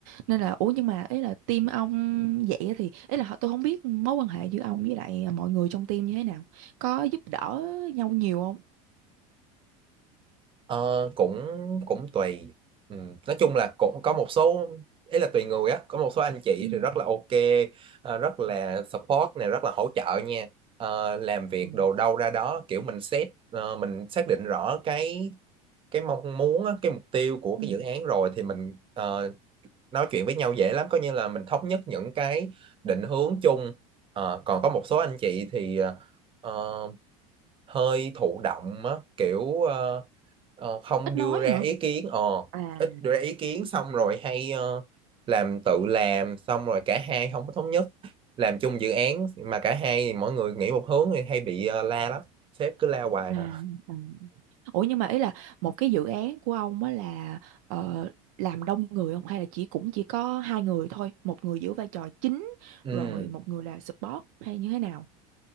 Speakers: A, on the right; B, on the right.
A: Nên là ủa nhưng mà ấy là team ông vậy thì ấy là tôi không biết mối quan hệ giữa ông với lại mọi người trong team như thế nào Có giúp đỡ nhau nhiều không?
B: ờ, cũng cũng tùy ừ. nói chung là cũng có một số ý là tùy người á có một số anh chị
A: Ừ.
B: thì rất là ok ờ, rất là support này rất là hỗ trợ nha Ờ, làm việc
A: Ừ.
B: đồ đâu ra đó kiểu mình xét ờ, mình xác định rõ cái cái mong muốn á, cái mục tiêu của
A: Ừ.
B: cái dự án rồi thì mình ờ, nói chuyện với nhau dễ lắm coi như là mình thống nhất những cái định hướng chung Ờ, còn có một số anh chị thì ờ, ờ, hơi thụ động á kiểu ờ, ờ, không
A: Ít
B: đưa
A: nói
B: ra
A: hả?
B: ý kiến ờ
A: À,
B: ít đưa ra ý kiến xong rồi hay ờ, làm tự làm xong rồi cả hai không có thống nhất làm chung dự án mà cả hai mỗi người nghĩ một hướng thì hay bị ờ, la lắm sếp cứ la hoài
A: à,
B: hả?
A: ừ. Ủa nhưng mà ý là một cái dự án của ông á là ờ, làm đông người không hay là chỉ cũng chỉ có hai người thôi, một người giữ vai trò chính
B: ừ
A: rồi một người là support hay như thế nào?